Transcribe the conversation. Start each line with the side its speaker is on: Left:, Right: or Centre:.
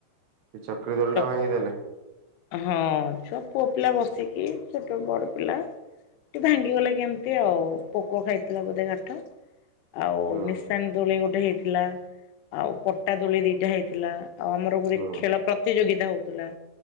Right: ସେ ଚକ୍ରୀ ଦୋଳିଟା
Left: ଚ
Right: ଭାଙ୍ଗିଦେଲେ?
Left: ହଁ ଛୁଆ ପୁଅ ପିଲା ବସିକି ଛୋଟ ବଡ ପିଲା ଏ ଭାଙ୍ଗିଗଲା କେମିତି ଆଉ ପୋକ ଖାଇଥିଲା ବୋଧେ କାଠ। ଆଉ
Right: ହୁଁ
Left: ନିଶାଣି ଦୋଳି ଗୋଟେ ହେଇଥିଲା ଆଉ ପଟା ଦୋଳି ଦିଇଟା ହେଇଥିଲା। ଆଉ ଆମର ଗୋଟେ
Right: ହୁଁ
Left: ଖେଳ ପ୍ରତିଯୋଗିତା ହୋଉଥିଲା।